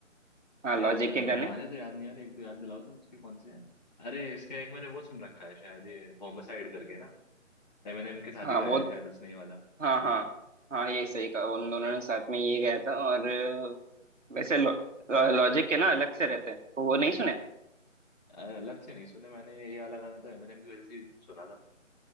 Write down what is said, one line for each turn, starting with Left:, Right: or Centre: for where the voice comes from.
Right: हाँ
Left: यार
Right: लॉजिक
Left: अ,
Right: के गाने
Left: गाने तो याद नहीं आ रहे एक दो याद दिलाओ तुम उसके कौन से हैं अरे इसका एक मैंने वो सुन रखा है शायद ये होमसाइड करके ना एमिनेम के साथ
Right: हाँ
Left: ही गाया
Right: वो
Left: है शायद उसने ये वाला
Right: हाँ हाँ हाँ ये सही कहा उन दोनों ने साथ में ये गाया था और अ, वैसे लॉ, लॉजिक के ना अलग से रहते हैं तो वो नहीं सुने
Left: अ, अलग से नहीं सुने मैंने ये वाला गाना तो एमिनेम की वजह से ही सुना था